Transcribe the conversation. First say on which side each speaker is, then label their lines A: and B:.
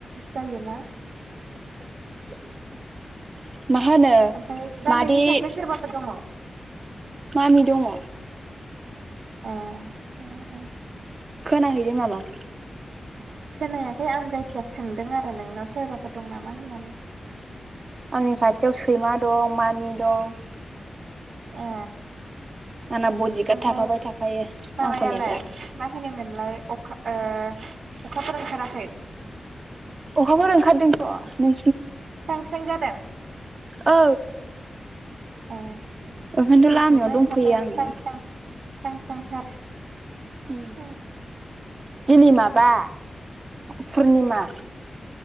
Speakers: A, on the right (about 75°); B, on the right (about 35°).
A: जायोना
B: <unintelligible> मा होनो
A: ओमफ्राय दा
B: मादै
A: नोंनि खाथियाव सोरबाफोर दङ
B: मामि दङ।
A: ए ओ ओ
B: खोनाहैदों नामा?
A: खोनायाखै आं जायखिया सोंदों आरो नोंनाव सोरबाफोर दं नामा होननानै।
B: आंनि खाथियाव सैमा दं मामि दं।
A: ओ
B: आंना
A: ओमफ्राय
B: बडिगार्ड थाफाबाय थाखायो
A: माबायालाय
B: आंखौ नेग्रा
A: मा होनो मोनलाय खा अखाफोर ओंखाराखै।
B: अखाफोर ओखारदोंथ' नों।
A: स्रां स्रां जादों।
B: औ
A: ए
B: ओंखायथ'
A: जोंथिंबो
B: लामायाव दंफैयो
A: ओंखारदों
B: आङो।
A: स्रां स्रां स्रां स्रांथार
B: ओम
A: औ
B: दिनै माबा। पुर्निमा